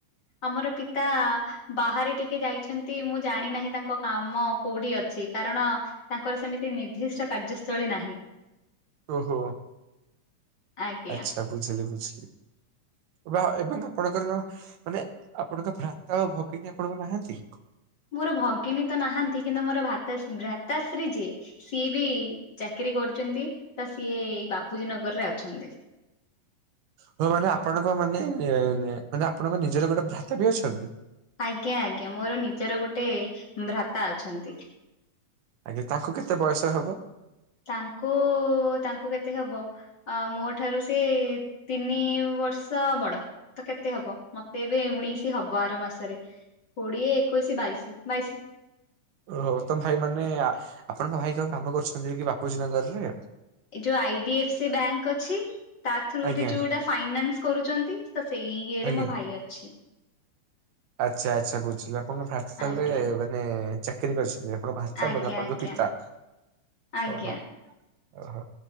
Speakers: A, on the left; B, on the right.
A: ଆମର ପିତା ବାହାରେ ଟିକେ ଯାଇଛନ୍ତି ମୁଁ ଜାଣି ନାହିଁ ତାଙ୍କ କାମ କଉଠି ଅଛି କାରଣ ତାଙ୍କର ସେମିତି ନିର୍ଦ୍ଦିଷ୍ଟ କାର୍ଯ୍ୟସ୍ଥଳୀ ନାହିଁ।
B: ଓହୋ
A: ଆଜ୍ଞା
B: ଆଚ୍ଛା ବୁଝିଲି ବୁଝଲି। ବା ଏବଂ ଆପଣଙ୍କର କଣ ମାନେ ଆପଣଙ୍କ ଭ୍ରାତା ଆଉ ଭଗିନୀ ଆପଣଙ୍କର ନାହାନ୍ତି?
A: ମୋର ଭଗିନୀ ତ ନାହାନ୍ତି କିନ୍ତୁ ମୋର ଭାତଶ୍- ଭ୍ରାତାଶ୍ରୀ ଯିଏ ସିଏ ବି ଚାକିରୀ କରୁଚନ୍ତି ତ ସିଏ ଏଇ ବାପୁଜୀ ନଗରରେ ଅଛନ୍ତି।
B: ଓ ହଁ ମାନେ ଆପଣଙ୍କ ମାନେ ମାନେ ଆପଣଙ୍କ ନିଜର ଗୋଟେ ଭ୍ରାତା ବି ଅଛନ୍ତି?
A: ଆଜ୍ଞା ଆଜ୍ଞା ମୋର ନିଜର ଗୋଟେ ଭ୍ରାତା ଅଛନ୍ତି।
B: ଆଜ୍ଞା ତାଙ୍କୁ କେତେ ବୟସ ହବ?
A: ତାଙ୍କୁ ତାଙ୍କୁ କେତେ ହବ ଅ ମୋ ଠାରୁ ସେ ତିନି ବର୍ଷ ବଡ ତ କେତେ ହବ? ମତେ ଏବେ ଉଣେଇଶି ହବ ଆର ମାସରେ କୋଡିଏ, ଏକୋଇଶି, ବାଇଶି -ବାଇଶି।
B: ଓହୋ ତମ ଭାଇ ମାନେ ଆ ଆପଣଙ୍କ ଭାଇ କଣ କାମ କରୁଚନ୍ତି ଯାଇକି ବାପୁଜୀ ନଗରରେ?
A: ଏ ଯୋଉ I D F C bank ଅଛି। ତା ଥ୍ରୁ
B: ଆଜ୍ଞା
A: ରେ ଯୋଉଟା ଫାଇନାନ୍ସ କରୁଚନ୍ତି। ତ ସେଇ ଇଏ ରେ
B: ଆଜ୍ଞା।
A: ମୋ ଭାଇ ଅଛି।
B: ଆଚ୍ଛା ଆଚ୍ଛା ବୁଝିଲୁ ଆପଣଙ୍କ ଭାକସାଲେ
A: ଆଜ୍ଞା।
B: ମାନେ ଚାକିରି କରି ଆପଣ ଭାଷା
A: ଆଜ୍ଞା
B: ମାନେ ଆପଣଙ୍କ
A: ଆଜ୍ଞା
B: ପିତା
A: ଆଜ୍ଞା
B: ଓହୋ। ଓହୋ